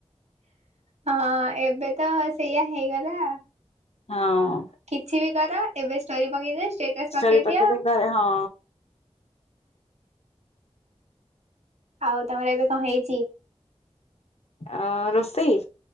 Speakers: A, on the right (about 85°); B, on the left (about 65°).
A: ହଁ ଏବେ ତ ସେଇଆ ହେଇଗଲା।
B: ହଁ।
A: କିଛି ବି କର ଏବେ ଷ୍ଟୋରି ପକେଇଦିଅ ଷ୍ଟେଟସ
B: ଷ୍ଟୋରି
A: ପକେଇଦିଅ।
B: ପକେଇଦେଇ ଘରେ ହଁ
A: ଆଉ ତମର ଏବେ କଣ ହେଇଛି?
B: ଅ ରୋଷେଇ